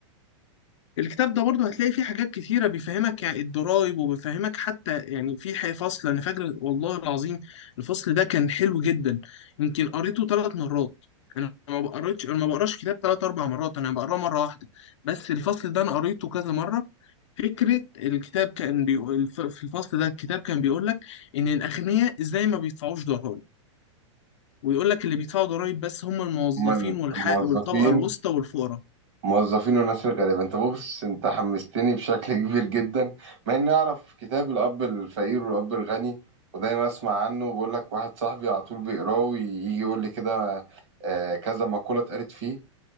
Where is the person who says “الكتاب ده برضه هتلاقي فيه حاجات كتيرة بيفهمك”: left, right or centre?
Left